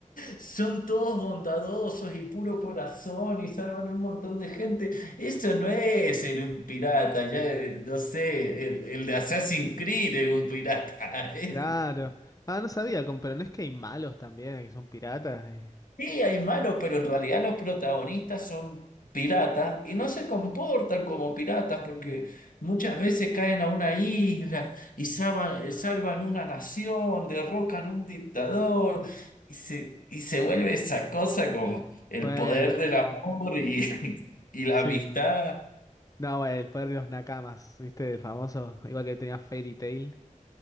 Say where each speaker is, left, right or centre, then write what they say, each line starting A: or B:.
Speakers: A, on the left; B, on the left.
A: Son todos bondadosos y puro corazón y salvan a un montón de gente. Eso no es ser un pirata, ya eh, no sé, el, el de Assassin's Creed es un pirata. <laughs> Es-
B: Claro. Ah, no sabía, como- pero no es que hay malos también, que son piratas. y-
A: Sí, hay malos, pero en realidad los protagonistas son piratas y no se comportan como piratas
B: Mm.
A: porque muchas veces caen a una isla y salva- eh, salvan, una nación, derrocan un dictador y se, y se vuelve esa cosa como el
B: Bueno,
A: poder
B: pe-
A: del amor y, <laughs> y la
B: sí.
A: amistad.
B: No, bueno, el poder de los nakamas, ¿viste? El famoso, igual que tenía Fairy Tail.